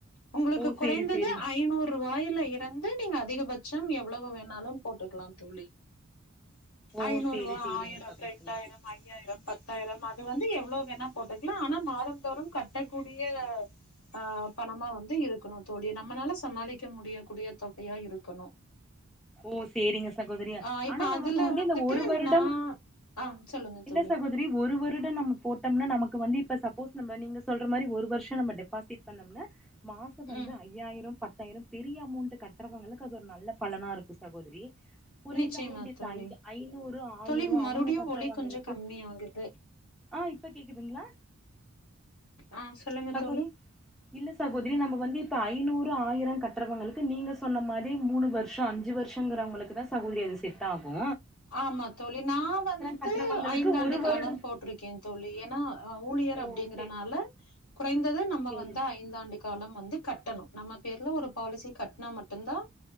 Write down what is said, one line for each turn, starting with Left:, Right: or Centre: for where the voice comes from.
Left: உங்களுக்கு
Centre: ஓ சேரி
Left: குறைந்தது
Centre: சேரிங்
Left: ஐநூறு ரூவாயில இருந்து நீங்க அதிகபட்ச எவ்ளோவு வேணாலு போட்டுக்கிலா தோழி
Centre: ஓ
Left: ஐநூறு
Centre: சேரி
Left: ரூவா
Centre: சேரிங்க
Left: ஆயிர
Centre: சகோதரி
Left: ரெண்டாயிர ஐயாயிர பத்தாயிர அது வந்து எவ்ளோ வேனா போட்டுக்கலா ஆனா மாதந்தோறு கட்டக்கூடிய ஆ பணமா வந்து இருக்கணு தோழி நம்மளால சமாளிக்க முடியக்கூடிய தொகையா இருக்கணு
Centre: ஓ சேரிங்க சகோதரி
Left: ஆ இப்ப
Centre: ஆனா நமக்கு
Left: அதுல
Centre: வந்து
Left: வந்துட்டு
Centre: இந்த ஒரு வருட
Left: நா ஆ சொல்லுங்க தோழி
Centre: இல்ல சகோதரி ஒரு வருட நம்ம போட்டோம்னா நமக்கு வந்து இப்ப சப்போஸ் நம்ப நீங்க சொல்ற மாரி ஒரு வருஷ நம்ம டெபாசிட் பண்ண <unintelligible> மாச வந்து
Left: ம்
Centre: ஐயாயிர பத்தாயிர பெரிய அமௌண்ட் கட்டுறவங்களுக்கு அது ஒரு நல்ல பலனா இரு க்கு சகோதரி குறைந்தஅமௌன்ட்டில்
Left: நிச்சயமா தோழி
Centre: <unintelligible> ஐநூறு ஆயரோ
Left: தோழி
Centre: அவுங்க
Left: மறுபடியு
Centre: கட்ரவங்களுக்கு
Left: ஒலி கொஞ்சோ கம்மி ஆகுது
Centre: ஆ இப்ப கேக்குதுங்களா
Left: ஆ சொல்லுங்க
Centre: <unintelligible>
Left: தோழி
Centre: இல்ல சகோதரி நம்ம வந்து இப்ப ஐநூறு ஆயரோ கட்றவங்களுக்கு நீங்க சொன்ன மாரி மூணு வருஷ அஞ்சு வர் ஷோங்கிறவங்களுக்கு தா சகோதரி அது செட் ஆகு
Left: ஆமா தோழி நா வந்து
Centre: கட்டுறவங்களுக்கு
Left: ஐந்தாண்டு
Centre: ஒரு வருடம்
Left: கால போட்டிருக்கே தோழி ஏன்னா அ ஊழியர்
Centre: ஓ
Left: அப் டிங்கறனால
Centre: சேரி
Left: குறைந்தது நம்ம
Centre: சேரி
Left: வந்து ஐ இந்த ஆண்டு காலம் வந்து கட்டணும் நம்ம பேர்ல ஒரு பாலிசி கட்னா மட்டும் தான்